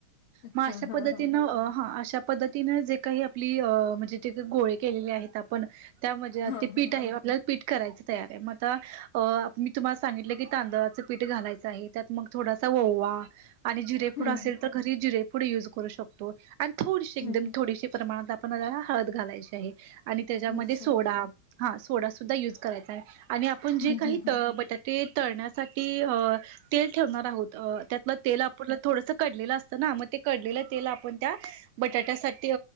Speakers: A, on the left; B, on the right.
A: अच्छा
B: मग अशा
A: हा
B: पद्धतीनं,
A: हा
B: हं अशा पद्धतीने जे काही आपली अ म्हणजे जे का गोळे केलेले आहेत आपण त्यामध्येे
A: हा
B: ते पीठ
A: हा
B: आहे
A: हा
B: आपल्याला पीठ करायचं तयार आहे. मग आता मी तुम्हाला सांगितलं की तांदळाच पीठ घालायचं आहे, त्यात मग थोडासा ओवा आणि जिरे
A: हम्म
B: पूड असेल तर घरी जिरे पूड युज करू शकतो. आणि थोडीशी एकदम
A: हम्म हम्म
B: थोडीशी प्रमाणात आपणला हळद घालायची आहे आणि त्याच्यामध्ये
A: अच्छा
B: सोडा हा सोडा सुुद्धा यूज करायचा आहे. आणि आपण जे
A: हम्म
B: काही
A: हम्म
B: त बटाटे तळण्यासाठी? अ तेल ठेवणार आहोत. त्यातलं तेल आपल्याला थोडस कढलेलं असत. ना मग ते कडलेलं तेल आपण त्या बटाट्यासाठी